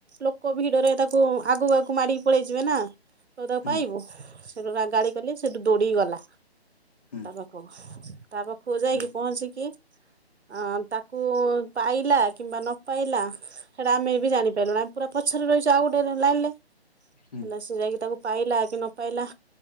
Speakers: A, on the right; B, on the left.
A: ଲୋକ ଭିଡରେ ତାକୁ ଆଗକୁ-ଆଗକୁ ମାଡିକି ପଳେଇ ଯିବେ ନା ତ ତାକୁ
B: ହୁଁ ହୁଁ
A: ପାଇବୁ। ସେଠୁ ଗାଳି କଲି ସେଠୁ ଦୌଡ଼ିକି ଗଲା।
B: ହୁଁ।
A: <unintelligible> ତା ପାଖକୁ ଯାଇକି
B: ହୁଁ
A: ପହଞ୍ଚିକି ଅଁ ତା କୁ ପାଇଲା କିମ୍ବା ନ ପାଇଲା ସେଇଟା ଆମେ ବି ଜାଣିପାରିଲୁନି ଆମେ ପୁରା ପଛରେ ରହିଛୁ ଆଉ ଗୋଟେ ଲାଇନ୍ ରେ,
B: ହୁଁ
A: ହେଲା ସେ ଯାଇକି ତାକୁ ପାଇଲା କି ନ ପାଇଲ